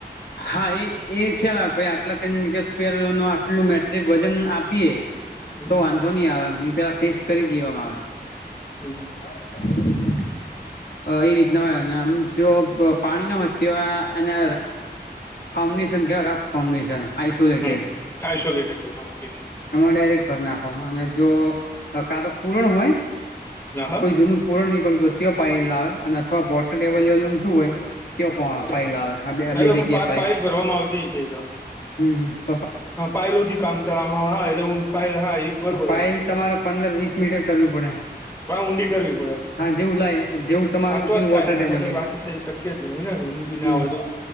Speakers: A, on the left (about 70°); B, on the left (about 15°).
A: હા એ એ ખ્યાલ આવે આટલા ટેન મીટર સ્કવેર ન આટલું મેટ્રિક વજન આપીએ.
B: હમ
A: તો વાંધો નહી આવે એ પેલા ટેસ્ટ કરી લેવામાં આવે.
B: હમ હમ.
A: હા ક <unintelligible> એ રીતના હોય અમક જો પાણી ના હોય તો એને. ફાઉન્ડેશન કેવા્ટ ફાઉન્ડેશન આસોલેટેડ
B: હમ
A: હ.
B: આઇસોલેટેડ કરવામાં આવતી છે
A: ડાયરેક્ટ ભરી નાખવામાં અને જો કાદો પૂરણ હોય.
B: ના હા
A: કોઈ જૂનું પૂરણ નીકળ્યું તો તં પાાય લ આવે અને અથવા વોટરટેલ લેવલ શું હોય. કયો પણ ફાઇલ આવે બે
B: એટલે
A: જગ્યાએ ફાઇલ
B: પાયલ ભરવામાં આવતી છે તો
A: હમ હમ.
B: હા પલોથી કામ ચાલ હ હા એ લવ હા એ બરોબર.
A: પાયલ તમારે પંદર વીસ મીટર કરવી પડે.
B: ભ ઊંડી કરવી પડે.
A: હા જેવું લાય જેવું તમારું
B: આ તો
A: પેલું
B: જ થાય
A: વોટર
B: નેખ
A: ટેબલ
B: તો
A: લેવા
B: બાકી થઇ શકય જ નહીને ઊંડી ના
A: હમ
B: હોય તો.